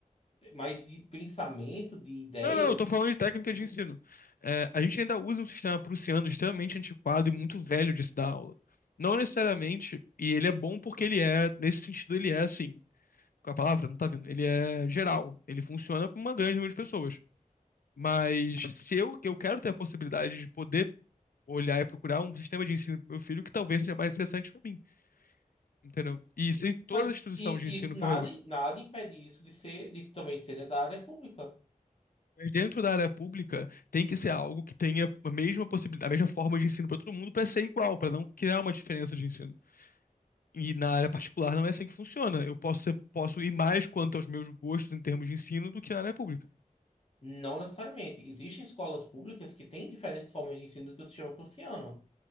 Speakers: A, on the left (about 45°); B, on the left (about 85°).
A: mais de pensamento, de ideias,
B: Não, não, eu tô falando de técnica
A: Uhum.
B: de ensino. É, a gente ainda usa um sistema prussiano extremamente antiquado e muito velho de se dar aula. Não necessariamente, e ele é bom porque ele é, nesse sentido, ele é assim, com a palavra, não tá vendo? ele é geral, ele funciona com uma grande número de pessoas. Mas se eu, que eu quero ter a possibilidade de poder olhar e procurar um sistema de ensino pro meu filho que talvez seja mais interessante para mim, entendeu? E se toda
A: mas
B: a instituição
A: i-
B: de ensino
A: isso
B: for
A: nada, nada impede isso de ser, de também ser dentro da área pública.
B: Mas dentro da área pública tem que ser algo que tenha a mesma possibilidade, a mesma forma de ensino para todo mundo, para ser igual, para não criar uma diferença de ensino. E na área particular não é assim que funciona. Eu posso ser- posso ir mais quanto aos meus gostos em termos de ensino do que na área pública.
A: Não necessariamente. Existem escolas públicas que têm diferentes formas de ensino do que o sistema prussiano.